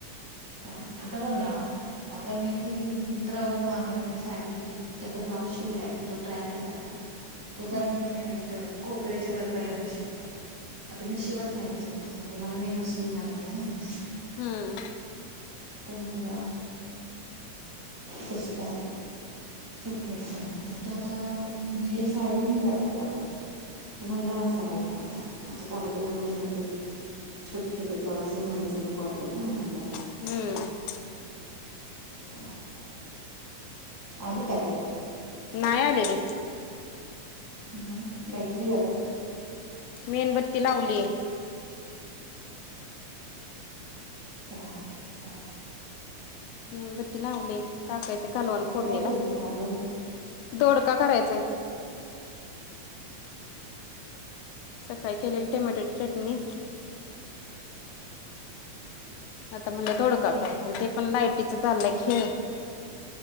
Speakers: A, on the right; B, on the left.
A: आता आता बघ नवा, आता मी ती मिंत्रावरनं मागवलेली साडी हाय की नाही. त्याचा ब्लाऊज शिवलाय तो ट्राय केला काल. तो जरा
B: हम्म
A: मी इथं कोपऱ्याच्या वरपर्यंत शिवलाय. आता मी शिवत नाही की म्हणजे मला मेग स्लीव्ह घालते मी.
B: हम्म
A: कुणाला? कसं काय? सूट मिळताना प तो आता नेल साडी आणि ब्लॅक ब्लाऊज आहे. तो म्हणला असावा एखादा, असा कार्यक्रमला हेला ते छोटे छोटे ब्लाऊज घ्यायचं नको वाटत ना मला <unintelligible>
B: हम्म.
A: त्या आली का लाईट?
B: नाही आलेली.
A: हम् भेटली ग
B: मेणबत्ती लावली.
A: चालेल चालेल.
B: मेणबत्ती लावली टाकायचे कालवण. फोडणीला
A: काय केलय कालवण
B: दोडका करायचांय.
A: हम्
B: सकाळी केलेली टोमॅटोची चटणी. आता म्हणलं दोडका
A: केले
B: कर,
A: होते
B: पण ते पण लायटीचं चाललंय खेळ.